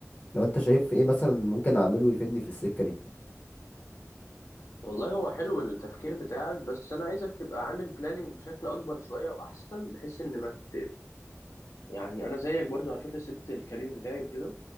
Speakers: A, on the left; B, on the left.
A: لو انت شايف ايه مثلا ممكن اعمله يفيدني في السكه دي
B: والله هو حلو التفكير بتاعك بس انا عايزك تبقى عامل بلاننج بشكل اكبر شويه واحسن بحيث ان ما ت... يعني انا زيك برضو على فكره سبت الكارير بتاعي وكده